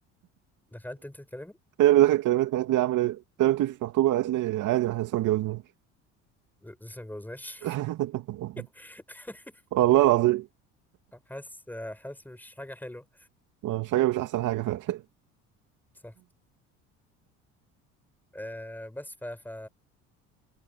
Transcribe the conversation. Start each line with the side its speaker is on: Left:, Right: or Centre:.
Centre: دخلت انت تكلمها
Right: هي اللي دخلت كلمتني قالت لي عامل ايه؟ قلت لها انت مش مخطوبه قالت لي عادي ما احنا لسه ما اتجوزناش
Centre: ل- لسه ما اتجوزناش
Right: <laughs>
Centre: <laughs>
Right: والله العظيم
Centre: حاسس حاسس مش حاجه حلوه
Right: مش حاجه مش احسن حاجه فعلا
Centre: صح أه بس ف ف